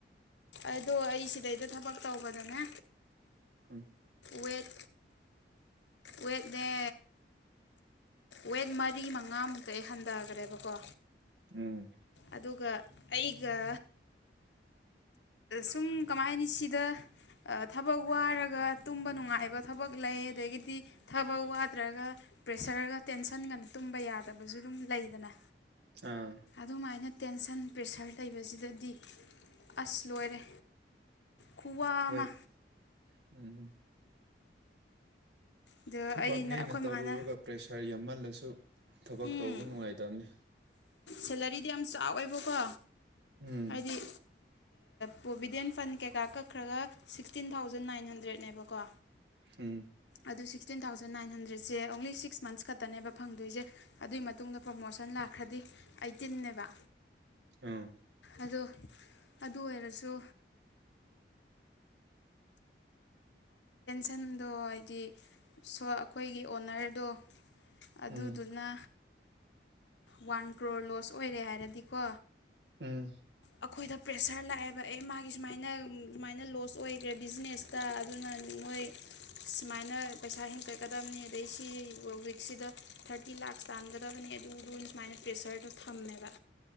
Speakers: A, on the left; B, on the right.
A: ꯑꯗꯣ ꯑꯩ ꯁꯤꯗꯩꯗ ꯊꯕꯛ ꯇꯧꯕꯗꯅꯦ
B: ꯍ
A: ꯋꯦꯠ ꯋꯦꯠꯅꯦ ꯋꯦꯠ ꯃꯔꯤ ꯃꯉꯥꯃꯨꯛꯇ ꯑꯩ ꯍꯟꯊꯈ꯭ꯔꯦꯕꯀꯣ
B: ꯎꯝ
A: ꯑꯗꯨꯒ ꯑꯩꯒ ꯁꯨꯝ ꯀꯃꯥꯏꯅꯤ ꯁꯤꯗ ꯊꯕꯛ ꯋꯥꯔꯒ ꯇꯨꯝꯕ ꯅꯨꯡꯉꯥꯏꯕ ꯊꯕꯛ ꯂꯩ ꯑꯗꯒꯤꯗꯤ ꯊꯕꯛ ꯋꯥꯗ꯭ꯔꯒ ꯄ꯭ꯔꯦꯁꯔꯒ ꯇꯦꯟꯁꯟꯒꯅ ꯇꯨꯝꯕ ꯌꯥꯗꯕꯁꯨ ꯑꯗꯨꯝ ꯂꯩꯗꯅ
B: ꯑꯥ
A: ꯑꯗꯨꯃꯥꯏꯅ ꯇꯦꯟꯁꯟ ꯄ꯭ꯔꯦꯁꯔ ꯂꯩꯕꯁꯤꯗꯗꯤ ꯑꯁ ꯂꯣꯏꯔꯦ ꯈꯨꯋꯥ
B: ꯍꯣꯏ
A: ꯑꯃ
B: ꯎꯝ
A: ꯑꯗ
B: ꯊꯕꯛꯅꯦꯅ
A: ꯑꯩꯅ ꯑꯩꯈꯣꯏ
B: ꯇꯧꯔꯨꯔꯒ
A: ꯃꯥꯅ
B: ꯄ꯭ꯔꯦꯁꯔ ꯌꯥꯝꯍꯜꯂ ꯁꯨ ꯊꯕꯛ
A: ꯎꯝ
B: ꯇꯧꯕ ꯅꯨꯡꯉꯥꯏꯇꯕꯅꯤ
A: ꯁꯦꯂꯔꯤꯗꯤ ꯌꯥꯝ ꯆꯥꯎꯋꯦꯕꯀꯣ
B: ꯎꯝ
A: ꯍꯥꯏꯗꯤ ꯄ꯭ꯔꯣꯕꯤꯗꯦꯟ ꯐꯟ ꯀꯩꯀꯥ ꯀꯛꯈ꯭ꯔꯒ ꯁꯤꯛꯁꯇꯤꯟ ꯊꯥꯎꯖꯟ ꯅꯥꯏꯟ ꯍꯟꯗ꯭ꯔꯦꯗꯅꯦꯕꯀꯣ
B: ꯎꯝ
A: ꯑꯗꯨ ꯁꯤꯛꯁꯇꯤꯟ ꯊꯥꯎꯖꯟ ꯅꯥꯏꯟ ꯍꯟꯗ꯭ꯔꯦꯠꯁꯦ ꯑꯣꯡꯂꯤ ꯁꯤꯛꯁ ꯃꯟꯁ ꯈꯛꯇꯅꯦꯕ ꯐꯪꯗꯣꯏꯁꯦ ꯑꯗꯨꯏ ꯃꯇꯨꯡꯗ ꯄ꯭ꯔꯣꯃꯣꯁꯟ ꯂꯥꯛꯈ꯭ꯔꯗꯤ ꯑꯩꯇꯤꯟꯅꯦꯕ
B: ꯑꯥ
A: ꯑꯗꯣ ꯑꯗꯨ ꯑꯣꯏꯔꯁꯨ ꯏꯊꯟꯗꯣ ꯍꯥꯏꯗꯤ ꯁꯣ ꯑꯩꯈꯣꯏꯒꯤ ꯑꯣꯅꯔꯗꯣ ꯑꯗꯨꯗꯨꯅ
B: ꯎꯝ
A: ꯋꯥꯟ ꯀ꯭ꯔꯣꯔ ꯂꯣꯁ ꯑꯣꯏꯔꯦ ꯍꯥꯏꯔꯗꯤꯀꯣ
B: ꯎꯝ
A: ꯑꯩꯈꯣꯏꯗ ꯄ꯭ꯔꯦꯁꯔ ꯂꯥꯛꯑꯦꯕ ꯑꯦ ꯃꯥꯒꯤ ꯁꯨꯃꯥꯏꯅ ꯁꯨꯃꯥꯏꯅ ꯂꯣꯁ ꯑꯣꯏꯈ꯭ꯔꯦ ꯕꯤꯖꯤꯅꯦꯁ ꯇ ꯑꯗꯨꯅ ꯃꯣꯏ ꯁꯨꯃꯥꯏꯅ ꯄꯩꯁꯥ ꯍꯦꯟꯀꯠꯀꯗꯕꯅꯤ ꯑꯗꯩ ꯁꯤ ꯋꯤꯛꯁꯤꯗ ꯊꯥꯔꯇꯤ ꯂꯥꯛꯁ ꯇꯥꯟꯒꯗꯕꯅꯤ ꯑꯗꯨꯗꯨ ꯁꯨꯃꯥꯏꯅ ꯄ꯭ꯔꯦꯁꯔꯗꯣ ꯊꯝꯃꯦꯕ